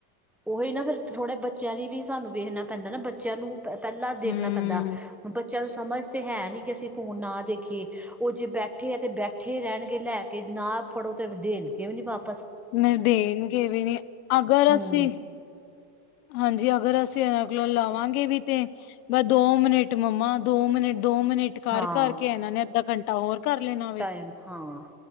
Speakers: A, in the centre; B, on the left (about 60°).
A: ਉਹੀ ਨਾ ਫਿਰ ਥੋੜੇ ਬੱਚਿਆਂ ਲਈ ਵੀ ਸਾਨੂੰ ਵੇਖਣਾ ਪੈਦਾ ਨਾ ਬੱਚਿਆਂ ਨੂੰ ਪਹਿਲਾਂ ਦੇਖਣਾ
B: ਹਮ
A: ਪੈਂਦਾ, ਬੱਚਿਆਂ ਨੂੰ ਸਮਝ ਤਾਂ ਹੈਨੀ ਹ ਕਿ ਅਸੀਂ ਫੋਨ ਦੇਖੀਏ। ਉਹ ਜੇ ਬੈਠੇ ਆ ਤੇ ਬੈਠੇ ਰਹਿਣਗੇ ਲੈ ਕੇ ਨਾ ਫੜੋ ਤੇ ਦੇਣਗੇ ਵੀ ਨੀ ਵਾਪ
B: ਨਹੀਂ ਦੇਣਗੇ ਵੀ ਨੀ, ਅਗਰ
A: ਹਮ
B: ਅਸੀ ਹਾਂਜੀ ਅਗਰ ਅਸੀਂ ਇਹਨਾਂ ਕੋਲ ਲਾਵਾਂਗੇ ਵੀ ਤੇ, ਬਸ ਦੋ ਮਿੰਟ ਮੰਮਾ ਦੋ-ਮਿੰਟ ਦੋ-ਮਿੰਟ ਕਰ
A: ਹਾਂ
B: ਕਰਕੇ ਇਹਨਾਂ ਨੇ ਅੱਧਾ ਘੰਟਾ ਹੋਰ ਕਰ ਲੈਣਾ। ਵੇ
A: ਟਾਈਮ ਹਾਂ